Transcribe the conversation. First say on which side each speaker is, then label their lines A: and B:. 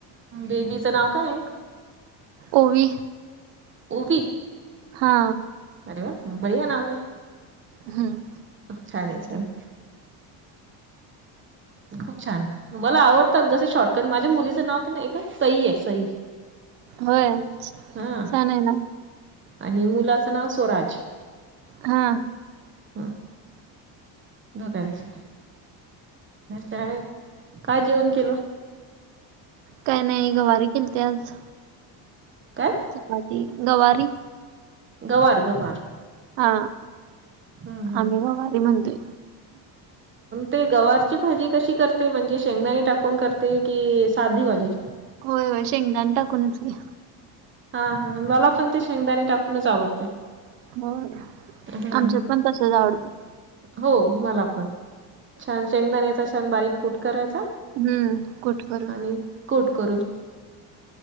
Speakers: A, on the right; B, on the right.
A: बेबीचं नाव काय हाय?
B: ओवी.
A: ओवी?
B: हा.
A: अरे वा बडिया नाव आहे.
B: हम.
A: छान आहे छान- खूप छान मला आवडतात कसे शॉर्ट पण माझ्या मुलीचं नाव नाही ए सई आहे. सई
B: होय
A: हा
B: छान आहे. ना
A: आणि मुलाचं नाव स्वराज.
B: हा.
A: हा दोगांनच. त्या काय जेवण केलं?
B: काय नाही गवारी के ते आज.
A: काय?
B: चपाती गवारी?
A: गवार गवार
B: हा
A: हम्म हम्म.
B: आम्ही गवारी म्हणतोय
A: ते गवारची भाजी कशी करते? म्हणजे शेंगदाणी टाकून करते की साधीवाली.
B: होय होय शेंगदानी टाकूनच की.
A: हा हा, मला पण ते शेंगदाने टाकूनच आवडते.
B: हो ना
A: हा
B: आमच्यात पण तसच आवडतय.
A: हो मला पण, छान शेंगदाण्याचा छान बारीक कुट करायचा.
B: हम्म कुट करून
A: आणि कुट करून